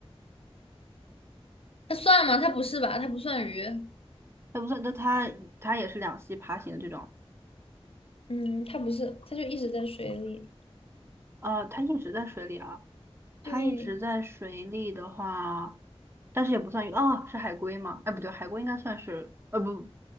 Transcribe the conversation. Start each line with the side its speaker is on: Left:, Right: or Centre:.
Left: 它算吗？它不是吧？它不算鱼。
Right: 它不算，那它它也是两栖爬行的这种。
Left: 嗯，它不是，它就一直在水里。
Right: 啊，它一直在水里啊，
Left: 对，
Right: 它一直在水里的话，但是也不算鱼哦，是海龟吗？哎，不对，海龟应该算是，呃，不，